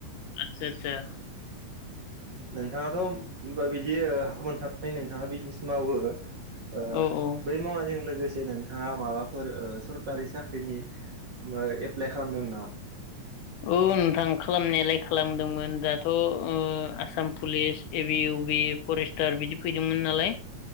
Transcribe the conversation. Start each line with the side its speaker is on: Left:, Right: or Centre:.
Left: आतसा आतसा
Right: नोंथाङाथ' होमबा बिदि ओ <unintelligible> मोनखाबाय नोंथाङा बिजनेस मावो ओ
Left: औ औ
Right: बै मावनायजों लोगोसे नोंथाङा माबाफोर ओ सरकारि साख्रिनि बा एप्लाइ खालामदोंमोन नामा?
Left: औ नोंथां खालामनायालाय खालामदोंमोन दाथ' ओ आसाम पुलिस ए बि इउ बि फरेस्टार्ड बिदि फैदोंमोन। नालाय